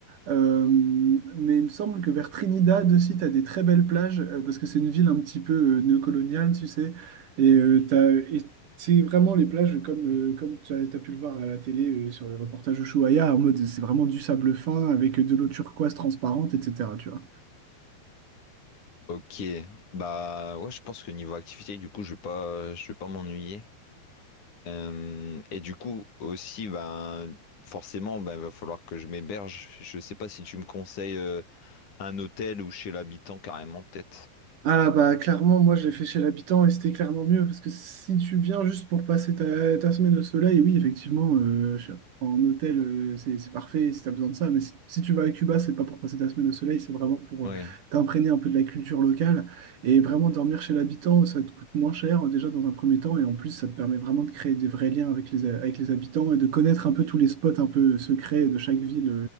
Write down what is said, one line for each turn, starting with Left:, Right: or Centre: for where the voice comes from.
Right: Euh, mais il me semble que vers Trinidad aussi, tu as des très belles plages, euh, parce que c'est une ville un petit peu euh, néocoloniale, tu sais. Et euh, t'as- et c'est vraiment les plages comme, euh, comme tu as, t'as pu le voir à la télé euh, sur les reportages Ushuaïa, en mode c'est vraiment du sable fin avec de l'eau turquoise transparente, etc. Tu vois.
Left: Ok, bah ouais, je pense que niveau activité, du coup, je vais pas, je vais pas m'ennuyer. Euh, et du coup, aussi, ben forcément, ben il va falloir que je m'héberge. Je sais pas si tu me conseilles euh, un hôtel ou chez l'habitant carrément, peut-être.
Right: Ah bah clairement, moi je l'ai fait chez l'habitant et c'était clairement mieux parce que si tu viens juste pour passer ta, ta semaine au soleil, oui effectivement, euh, je- en hôtel euh, c'est c'est parfait si tu as besoin de ça, mais si, si tu vas à Cuba, c'est pas pour passer ta semaine au soleil, c'est vraiment pour
Left: Ouais.
Right: euh, t'imprégner un peu de la culture locale et vraiment dormir chez l'habitant, ça te coûte moins cher euh, déjà dans un premier temps et en plus ça te permet vraiment de créer des vrais liens avec les, avec les habitants et de connaître un peu tous les spots un peu secrets de chaque ville